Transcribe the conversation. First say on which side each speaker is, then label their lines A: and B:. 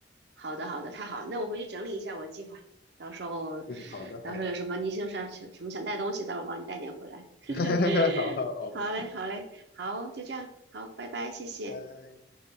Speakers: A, on the right (about 60°); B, on the left (about 50°).
A: 好的好的，太好了，那我回去整理一下我计划，到时候
B: 嗯，好的好的，
A: 到时候有什么你想想想什么想带东西，到时候我帮你带点回来。<laughs>
B: <laughs> 好好好好好，
A: 好嘞好嘞，好，就这样，好，拜拜，谢谢。
B: 拜。